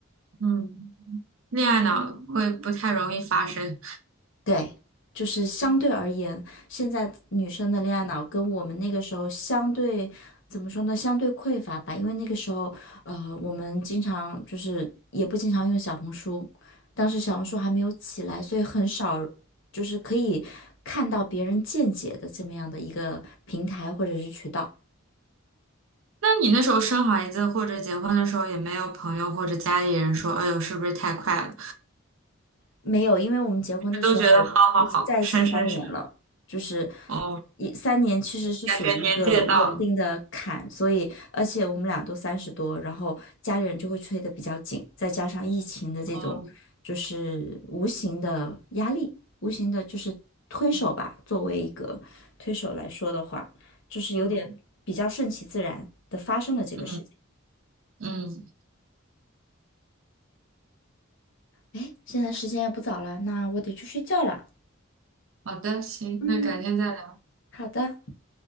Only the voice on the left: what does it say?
对，就是相对而言，现在女生的恋爱脑跟我们那个时候相对，怎么说呢？相对匮乏吧，因为那个时候，呃，我们经常就是也不经常用小红书，当时小红书还没有起来，所以很少就是可以看到别人见解的这么样的一个平台或者是渠道。
没有，因为我们结婚的时候已经在一起三年了，
就是
一三年其实是属于一个稳定的坎，
所以而且我们俩都三十多，然后家里人就会催得比较紧，再加上疫情的这种就是无形的压力，
无形的就是推手吧，作为一个推手来说的话，就是有点比较顺其自然的发生了这个事情。
哎，现在时间也不早了，那我得去睡觉了。
嗯，
好的。